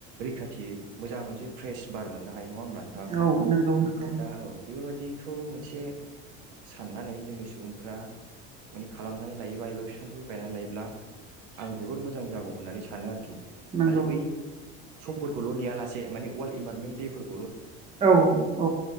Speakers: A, on the right; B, on the right.
A: रैखाथियै मोजां मोनसे फ्रेस बार मोन हा हायो नङा होमब्ला नोंथां
B: औ नंगौ नंगौ
A: दा औ बेफोरबायदिखौ मोनसे साननानै जोंनि सुबुंफोरा माने खालामनानै लायो एबा फिफां गायनानै लायो आं जोबोर मोजां जागौ होननानै सानो आरोखि
B: नंगौ
A: खालि बै समफोरखौल' नेया लासे माने वर्ल्ड इनभारनमेन्ट देफोरखौ
B: औ औ